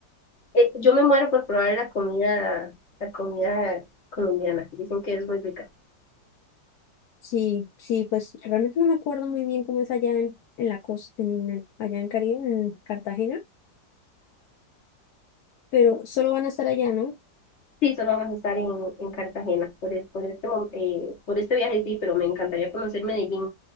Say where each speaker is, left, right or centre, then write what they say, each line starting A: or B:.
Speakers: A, on the left (about 45°); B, on the left (about 65°).
A: eh, yo me muero por probar la comida, la comida colombiana. que Dicen que es muy rica.
B: Sí, sí, pues realmente no me acuerdo muy bien cómo es allá en, en la costa, en, el- allá en Caribe, en Cartagena, pero solo van a estar allá, ¿no?
A: Sí, solo vamos a estar en, en Cartagena por, es- por este, mom- eh, por este viaje, sí, pero me encantaría conocer Medellín.